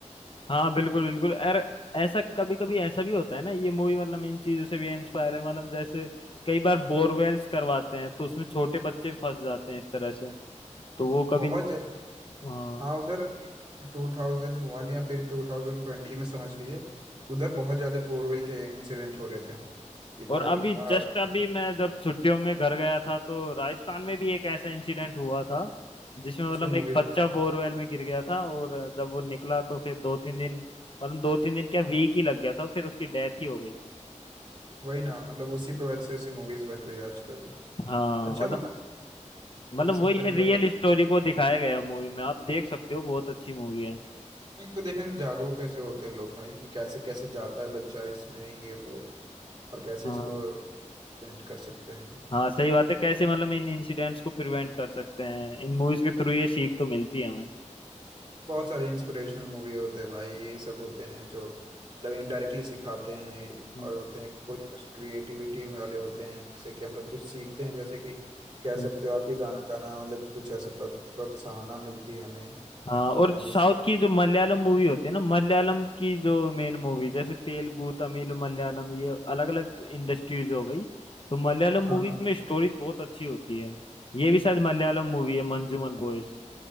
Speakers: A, on the left; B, on the right.
A: हाँ बिल्कुल बिल्कुल अरे ऐसा कभी कभी ऐसा भी होता है ना ये मूवी मतलब इन चीजों से भी इंस्पायर है मतलब जैसे कई बार बोरवेल्स करवाते हैं तो उसमें छोटे बच्चे फंस जाते हैं इस तरह से तो वो
B: बहुत
A: कभी हाँ
B: हाँ उधर टू थाउजेंड वन या फिर टू थाउजेंड ट्वेंटी में समझ लीजिए उधर बहुत ज्यादा बोरवेल के इंसिडेंट हो रहे थे कि
A: और
B: भाई
A: अभी
B: आ,
A: जस्ट अभी मैं जब छुट्टियों में घर गया था तो राजस्थान में भी एक ऐसा इंसिडेंट हुआ था जिसमें
B: उस
A: मतलब
B: पे
A: एक
B: मूवीज
A: बच्चा
B: बन
A: बोरवेल में गिर गया था और जब वो निकला तो फिर दो तीन दिन मतलब दो तीन दिन क्या वीक ही लग गया था फिर उसकी डेथ ही हो गई थी
B: वही ना मतलब उसी पे वैसे ऐसी मूवीज बन रही है आजकल
A: हाँ
B: अच्छा
A: मतलब
B: बना
A: मतलब
B: ये सब
A: वही
B: पे
A: है रियल
B: भाई
A: स्टोरी को दिखाया गया मूवी में आप देख सकते हो बहुत अच्छी मूवी है
B: इनको देखने से जागरूक कैसे होते हैं लोग भाई कि कैसे कैसे जाता है बच्चा इसमें ये वो और कैसे
A: हाँ
B: इसको पेंट कर सकते हैं
A: हाँ सही बात है कैसे मतलब इन इंसिडेंट्स को प्रिवेंट कर सकते हैं इन मूवीज के थ्रू ये सीख तो मिलती है हमें
B: बहुत सारे इंस्पिरेशनल मूवी होते हैं भाई ये सब होते हैं जो मतलब इनडायरेक्टली सिखाते हैं
A: हम्म,
B: और होते हैं कोई कुछ क्रिएटिविटी वाले होते हैं जैसे कि हम लोग कुछ सीखते हैं जैसे कि कह सकते
A: हम्म।
B: हो आप ही गाना गाना मतलब कुछ ऐसे प्रो- प्रोत्साहना मिलती है हमें
A: हाँ
B: कि
A: और
B: जिस
A: साउथ की जो मलयालम मूवी होती है ना मलयालम की जो मेन मूवी जैसे तेलुगु तमिल मलयालम ये अलग अलग इंडस्ट्रीज हो गई तो मलयालम
B: हाँ
A: मूवीज
B: हाँ
A: में स्टोरीज बहुत अच्छी होती है ये भी शायद मलयालम मूवी है मंजूमल बॉयज